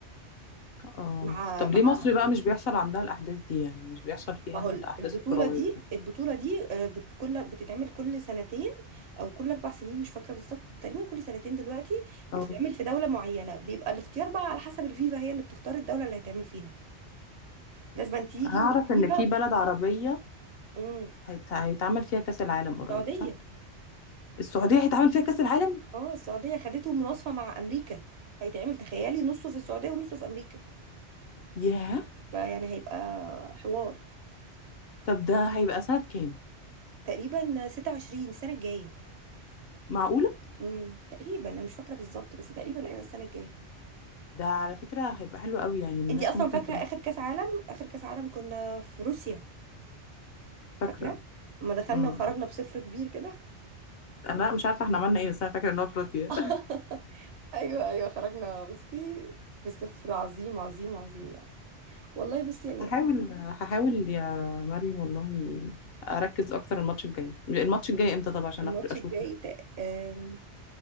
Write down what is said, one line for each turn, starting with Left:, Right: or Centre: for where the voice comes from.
Left: اه
Right: مع
Left: طب
Right: مع
Left: ليه مصر بقى مش بيحصل عندها الاحداث دي يعني مش بيحصل فيها
Right: ما هو
Left: الاحداث
Right: البطولة
Left: الكرويه
Right: دي البطولة دي آه، بت- كل بتتعمل كل سنتين أو كل أربع سنين مش فاكرة بالظبط تقريبا كل سنتين دلوقتي
Left: كده
Right: بتتعمل في دولة معينة بيبقى الاختيار بقى على حسب الفيفا هي اللي بتختار الدولة اللي هيتعمل فيها لازم تيجي
Left: هعرف
Right: والفيفا
Left: ان في بلد عربية
Right: امم
Left: هيت... هيتعمل فيها كأس العالم قريب
Right: السعودية
Left: صح؟ السعودية هيتعمل فيها كأس العالم؟
Right: اه السعودية خدته مناصفة مع أمريكا هيتعمل تخيلي نصه في السعودية ونصه في أمريكا
Left: ياه
Right: فيعني هيبقى حوار
Left: طب ده هيبقى سنة كام؟
Right: تقريبا 26 السنة الجاية
Left: معقولة؟
Right: امم تقريبا أنا مش فاكرة بالظبط بس تقريبا أيوة السنة الجاية
Left: ده على فكرة هيبقى حلو قوي يعني الناس
Right: انتي اصلا
Left: ممكن
Right: فاكره
Left: تبقى
Right: اخر كاس عالم اخر كاس عالم كنا في روسيا
Left: فاكرة
Right: فاكره لما دخلنا
Left: امم
Right: وخرجنا بصفر كبير كده
Left: انا مش عارفة احنا عملنا ايه بس انا فاكرة ان هو في روسيا
Right: <laughs> ايوه ايوه خرجنا بصي بصفر عظيم عظيم عظيم يعني والله بصي يعني
Left: <laughs> هحاول هحاول يا مريم والله اركز اكتر الماتش الجاي الماتش الجاي امتى طب عشان
Right: الماتش
Left: أخ- اشوفه
Right: الجاي تق... آم،